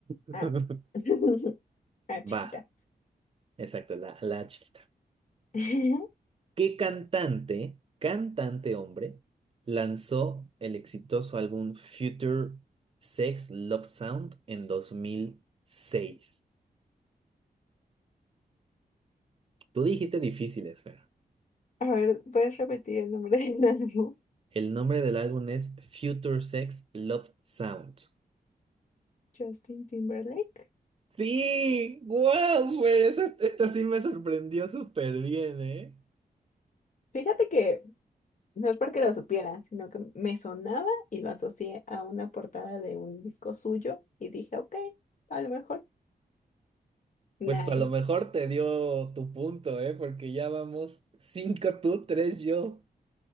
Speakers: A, on the right (about 35°); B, on the left (about 50°).
A: <laughs>
B: Ah, <laughs> ah, chiquita.
A: Va, exacto, la, la chiquita.
B: <laughs>
A: ¿Qué cantante, cantante hombre, lanzó el exitoso álbum Future Sex Love Sound en 2006? Tú dijiste difíciles, Fer.
B: A ver, ¿puedes repetir el nombre del álbum?
A: El nombre del álbum es Future Sex Love Sound.
B: Justin Timberlake.
A: Sí, wow, Fer, esa- esta sí me sorprendió súper bien, ¿eh?
B: Fíjate que no es porque lo supiera, sino que me sonaba y lo asocié a una portada de un disco suyo y dije, ok, a lo mejor. Nice.
A: Pues a lo mejor te dio tu punto, ¿eh? Porque ya vamos cinco tú, tres yo.